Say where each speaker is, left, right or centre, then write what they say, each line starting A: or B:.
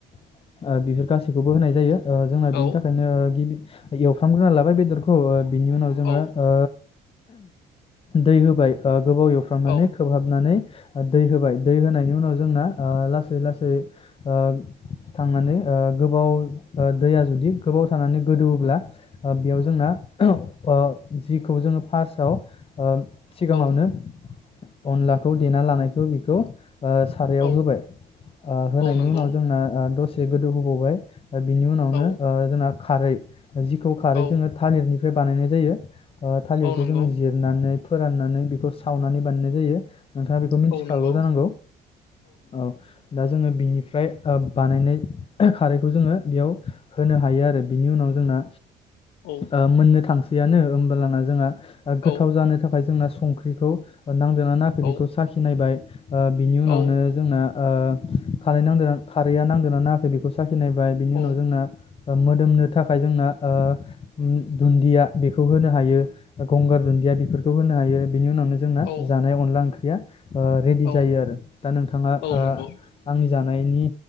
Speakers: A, on the left; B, on the left.
A: ओ बेफोर गासैखौबो होनाय जायो। ओ जोंना बेनि
B: औ
A: थाखायनो गिबि एवफ्रामग्रोना लाबाय बेदरखौ ओ बिनि उनाव जोङो
B: औ
A: ओ दै होबाय ओ गोबाव एवफ्रामनानै
B: औ
A: खोबहाबनानै ओ, दै होबाय दै होनायनि उनाव जोंना ओ लासै लासै ओ थांनानै ओ गोबाव ओ दैया जुदि गोबाव थानानै गोदौवोब्ला ओ बेयाव जोंना ओ जिखौ जोङो फार्सआव ओ सिगाङावनो
B: औ
A: अनलाखौ देना लानायखौ बिखौ ओ सारायाव
B: औ
A: होबाय ओ होनायनि
B: औ नंगौ
A: उनाव जोंना ओ दस से गोदौ होबावबाय बिनि उनावनो
B: औ
A: ओ जोंना खारै जिखौ खारै
B: औ
A: जोङो थालिरनि फ्राय बानायनाय जायो। ओ थालिरखौ
B: औ नंगौ
A: जोङो जिरनानै फोराननानै बिखौ सावनानै बानायनाय जायो। नोंथाङा बेखौ मिथिखागौ
B: औ नंगौ
A: जानांगौ औ दा जोङो बिनिफ्राय ओ बानायनाय खारैखौ जोङो बेयाव होनो हायो आरो बिनि उनाव जोंना
B: औ
A: ओ मोननो थां सैयानो ओमबोलाना जोङा गोथाव
B: औ
A: जानो थाखाय जोंना संख्रिखौ नांदोंना नाङाखै
B: औ
A: बेखौ साखिनायबाय ओ बिनि
B: औ
A: उनावनो जोंना ओ खारै नांदों खारैया नांदों ना नाङा खै बेखौ सा खिनायबाय
B: औ
A: बिनि उनाव जोंना ओ मोदोमनो थाखाय जोंना ओ उम दुन्दिया बे खौ होनो हायो गंगार दुन्दिया बेफोरखौ होनो हायो। बिनि उनावनो जोंना
B: औ
A: जानाय अनला ओं ख्रिया ओ रेडि
B: औ
A: जायो आरो दा नोंथाङा ओ
B: औ नंगौ
A: आंनि जानायनि